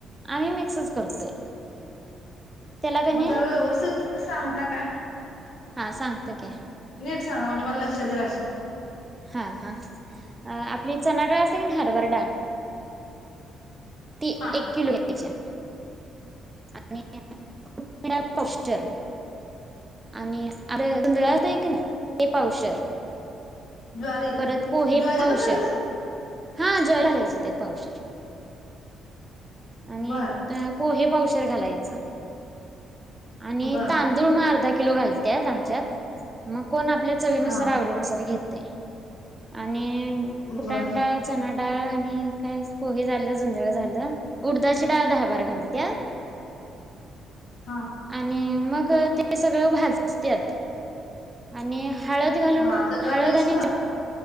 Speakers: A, on the right; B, on the left.
A: आम्ही मिक्सच करतोय. त्याला कणी
B: मग जरा व्यवस्थित सांगता का?
A: हा सांगत की.
B: नीट सांगा म्हणजे मला लक्षात येईल असे?
A: हा हा आपली चना डाळ असते की नाही. हरबरा डाळ. ती
B: हा
A: एक किलो घ्यायचीया. आणि <unintelligible> र आणि अरे.. आहे की नाही ते पावशेर.
B: ज्वारी.
A: परत पोहे
B: ज्वारी
A: पावशेर
B: पण घालायचीये?
A: हा ज्वारी घालायची त्यात पावशेर आणि
B: बर
A: पोहे पावशेर घालायच. आणि
B: बर
A: तांदूळ म अर्धा किलो घालत्यात आमच्यात मग कोण आपल्या चवीनुसार
B: हा
A: आवडीनुसार घेत? ते आणि फुटान
B: बर
A: डाळ चना डाळ आणि काय पोहे झालं. जुंजळ झालं. उडदाची डाळ, हरबरा डाळ घालत्या
B: हा
A: आणि मग ते सगळं भाजतत्यात. आणि हळद घालून.
B: हा सगळं
A: हळद
B: मिक्स
A: आणि